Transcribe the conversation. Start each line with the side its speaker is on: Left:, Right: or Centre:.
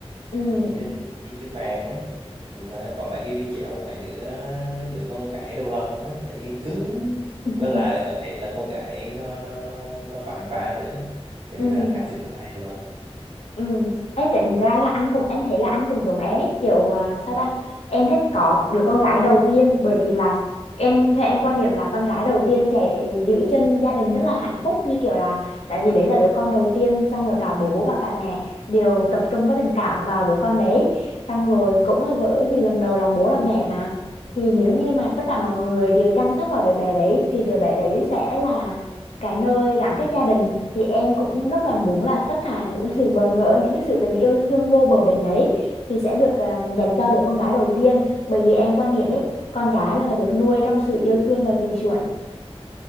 Left: Ừm.
Right: Nhìn trên nhìn trên mạng á, nó có mấy cái video của mấy đứa đứa con gái đầu lòng á, thấy cứng.
Left: <laughs>
Right: Với lại là có thể là con gái nó nó nó nó bạm bạ nữa. Cho nên
Left: Ừm.
Right: là anh khá thích con gái đầu lòng.
Left: Ừ. Ê, tính ra là anh cũng em thấy là anh cũng giống em ấy kiểu à, sao ta em thích có đứa con gái đầu tiên bởi vì là em theo em quan niệm là con gái đầu tiên sẽ giữ chân gia đình rất là hạnh phúc như kiểu là tại vì đấy là đứa con đầu tiên xong rồi cả bố và cả mẹ đều tập trung cái tình cảm vào đứa con đấy xong rồi cũng là bởi vì lần đầu làm bố làm mẹ mà thì nếu như mà tất cả mọi người đều chăm sóc vào đứa bé đấy thì đứa bé đấy sẽ là cái nơi gắn kết gia đình thì em cũng rất là muốn là tất cả những sự bỡ ngỡ những cái sự tình yêu thương vô bờ bến đấy thì sẽ được à, dành cho đứa con gái đầu tiên bởi vì em quan niệm ấy con gái là phải được nuôi trong sự yêu thương và chiều chuộng